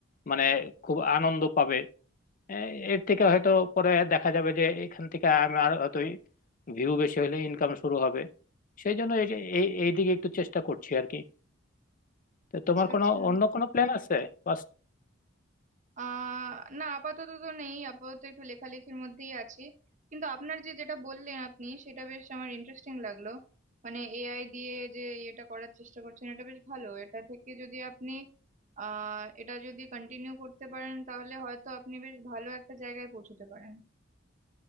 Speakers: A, on the left (about 45°); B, on the right (about 40°).
A: মানে খুব আনন্দ পাবে হ্যাঁ, এর থেকে হয়তো পরে দেখা যাবে যে এখান থেকে আমি আর হয়তোই ভিউ বেশি হলে ইনকাম শুরু হবে সেই জন্য এই যে- এই এই দিকে একটু চেষ্টা করছি আর কি তো তোমার
B: আচ্ছা
A: কোনো
B: আচ্ছা
A: অন্য কোনো প্ল্যান আছে বাস,
B: আহ না আপাতত তো নেই আপাতত একটু লেখালেখির মধ্যেই আছি কিন্তু আপনার যে যেটা বললেন আপনি সেটা বেশ আমার ইন্টারেস্টিং লাগলো মানে এআই দিয়ে যে ইয়েটা করার চেষ্টা করছেন এটা বেশ ভালো এটা থেকে যদি আপনি আহ এটা যদি কন্টিনিউ করতে পারেন তাহলে হয়তো আপনি বেশ ভালো একটা জায়গায় পৌঁছতে পারেন